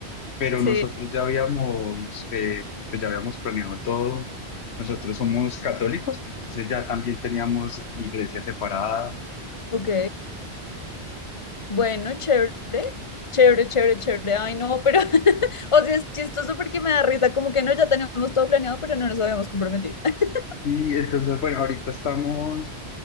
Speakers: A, on the left; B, on the left.
A: Pero
B: sí.
A: nosotros ya habíamos, eh, pues ya habíamos planeado todo. Nosotros somos católicos, entonces ya también teníamos iglesia separada.
B: Ok, bueno, chévere, chévere, chévere, chévere. Ay, no, pero, <laughs> o sea, es chistoso porque me da risa, como que no, ya teníamos todo planeado, pero no nos habíamos comprometido. <laughs>
A: Sí, entonces, bueno, ahorita estamos